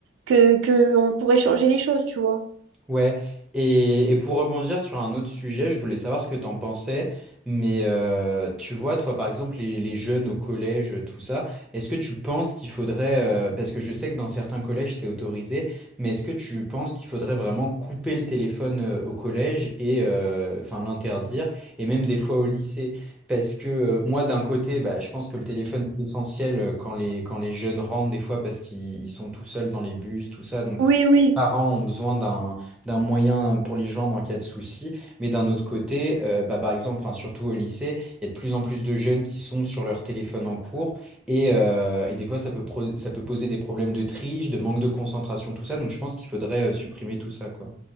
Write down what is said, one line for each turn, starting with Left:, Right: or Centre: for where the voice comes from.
Right: que que on pourrait changer les choses, tu vois.
Centre: Ouais, et, et pour rebondir sur un autre sujet, je voulais savoir ce que t'en pensais, mais euh, tu vois, toi par exemple, les, les jeunes au collège, tout ça, est-ce que tu penses qu'il faudrait, euh, parce que je sais que dans certains collèges c'est autorisé, mais est-ce que tu penses qu'il faudrait vraiment couper le téléphone euh, au collège et euh, enfin l'interdire, et même des fois au lycée? Parce que euh, moi d'un côté, bah, je pense que le téléphone est essentiel euh, quand les, quand les jeunes rentrent des fois parce qu'ils ils sont tout seuls dans les bus, tout ça, donc
Right: Oui, oui.
Centre: parents ont besoin d'un d'un moyen pour les joindre en cas de souci, mais d'un autre côté, euh, bah, par exemple, enfin surtout au lycée, il y a de plus en plus de jeunes qui sont sur leur téléphone en cours et, euh, et des fois ça peut pro- ça peut poser des problèmes de triche, de manque de concentration, tout ça. Donc je pense qu'il faudrait euh, supprimer tout ça, quoi.